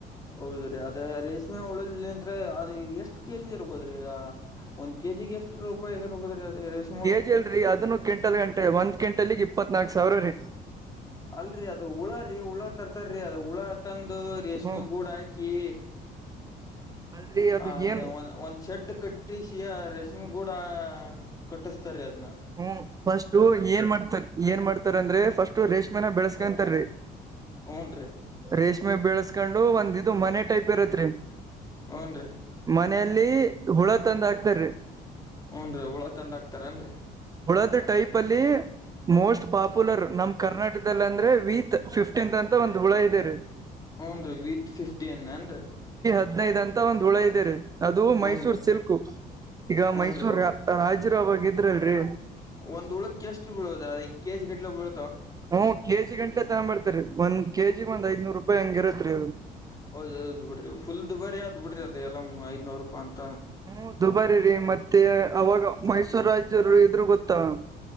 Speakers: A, on the left; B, on the right.
A: ಹೌದ್ರಿ ಅದೇ ರೇಷ್ಮೆ ಉುಳಲ್ ಅಂದು ಅದ ಎಷ್ಟ್ ಕೆಜಿ ಇರ್ಬೋದ್ರಿ ಒಂದ್ ಕೆಜಿ ಎಷ್ಟ್ ರೂಪಾಯಿ ಇರ್ಬೋದ್ರಿ ಅದ ರೇಷ್ಮೆ ಹುಳ
B: ಕೆಜಿ ಅಲ್ರರಿ ಅದನ್ನು ಕೆಂಟಲ್ ಗಂಟ ಒಂದ್ ಕಂಟಲ್ಿಗೆ ಇಪ್ಪತ್ನಾಲ್ಕು ಸಾವಿರ ರೀ
A: ಅಲ್ರರಿ ಅದ ಹುಳ ರೀ ಹುಳ ತರ್ತಾರೀ ಅದ ಹುಳ ತಂದು ರೇಷ್ಮಿ
B: ಹ್ಮ್
A: ಗೂಡ ಹಾಕಿ
B: ಅಲ್ರಿ ಅದು
A: ಹೆ
B: ಏನ್
A: ಒ ಒಂದ್ ಶೆಡ್ ಕಟ್ಟ್ರಿ ರೆಶ್ಮಿ ಕೂಡ ಕಟ್ಟಿಸ್ತಾರೆ ಅದು
B: ಹ್ಮ ಫಸ್ಟ್ು ಏನ್ ಮಾಡ್ತಾರ ಏನ್ ಮಾಡ್ತಾರ ಅಂದ್ರೆ ಫಸ್ಟ್ ರೇಷ್ಮೆನ ಬೆಳಸ್ಕೊಂತಾರೀ
A: ಹೂನ್ರಿ
B: ರೇಷ್ಮೆ ಬೆಳೆಸ್ಕೊಂಡು ಒಂದ್ ಇದು ಮನೆ ಟೈಪ್ ಇರತ್ರಿ
A: ಹ್ನ್ ರೀ
B: ಮನೆಯಲ್ಲಿ ಹುಳ ತಂದ ಹಾಕ್ತಾರೀ
A: ಹೂನ್ರೀ ಹುಳ ಚಂದ ಆಕ್ತಾರೇನ್ರರಿ
B: ಳದ ಟೈಪ್ ಅಲ್ಲಿ ಮೋಸ್ಟ್ ಪಾಪ್ಯುಲರ್ ನಮ್ಮ್ ಕರ್ನಾಟಕದಲ್ಲಿ ಅಂದ್ರೆ ವೀತ್ ಫಿಫ್ಟೀನ್ತ್ ಅಂತ ಒಂದ್ ಹುಳ ಇದೆ ರೀ
A: ್ನ್ರೀ ವೀತ್ ಫಿಫ್ಟಿನ್ ಏನ್ರರಿ
B: ಹದ್ನೈದು ಅಂತ ಒಂದ್ ಹುಳ ಇದದೆ ರರಿ ಅದು
A: ಹೂನ್ರಿ
B: ಮೈಸೂರ್ ಸಿಲ್ಕ ಈಗ
A: ಹೂನ್ರಿ
B: ಮೈಸೂರು ರಾಜ್ಯ ಹಜೀರ ಅವಾಗ ಇದ್ರಲ್ರರಿ
A: ಒಂದ್ ಉಳಕ್ಕೆ ಎಷ್ಟು ಬೀಳೋದ ಅದ ಈ ಕೆಜಿ ಗಟ್ಲೆ ಬೀಳ
B: ಹ್ಮ್ ಕೆಜಿ ಗಂಟ್ಲೆ ತಗಂಬರತ್ತಿವರಿ ಒಂದ ಕೆಜಿಗ್ ಒಂದ ಐದನೂರು ರೂಪಾಯಿ ಹಂಗಿರ ಅ
A: ಹೌದೌದು ಬಿಡ್ರಿ ಫುಲ ದುಬರಿ ಅದ್ ಬಿಡ್ರಿ ಅದೆಲ್ಲಾ ಐದನೂರು ರೂಪ ಅಂತ
B: ಹ್ಮ್ ದುಬಾರಿ ರೀ ಮತ್ತೆ ಅವಾಗ ಮೈಸೂರು ರಾಜರು ಇದ್ರು ಗೊತ್ತಾ